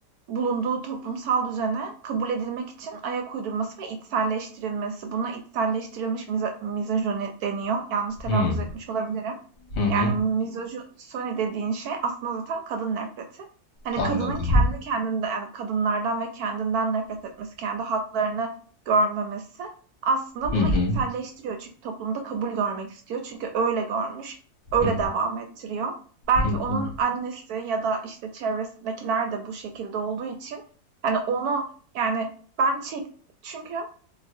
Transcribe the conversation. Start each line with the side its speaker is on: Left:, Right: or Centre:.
Right: bulunduğu toplumsal düzene kabul edilmek için ayak uydurması ve içselleştirilmesi. Buna içselleştirilmiş miza mizojeni deniyor. Yanlış telaffuz
Left: hı
Right: etmiş olabilirim.
Left: hı hı.
Right: Yani mizojini dediğin şey aslında zaten kadın nefreti. Hani
Left: anladım.
Right: kadının kendi kendinde yani kadınlardan ve kendinden nefret etmesi, kendi haklarını görmemesi aslında
Left: Hı
Right: bunu
Left: hı
Right: içselleştiriyor. Çünkü toplumda kabul görmek istiyor. Çünkü öyle görmüş, öyle
Left: hı
Right: devam ettiriyor. Belki
Left: hı hı.
Right: onun annesi ya da işte çevresindekiler de bu şekilde olduğu için hani onu yani ben çek çünkü